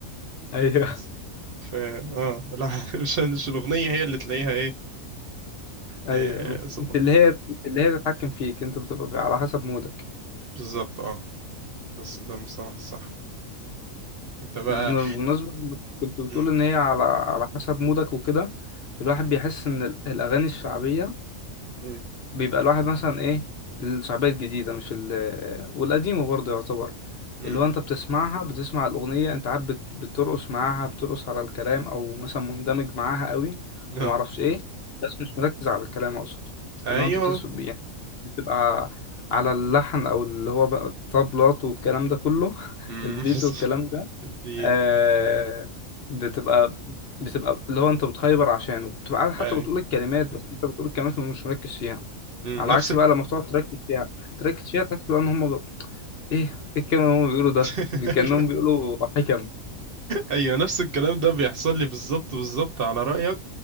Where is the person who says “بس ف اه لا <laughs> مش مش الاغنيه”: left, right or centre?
Right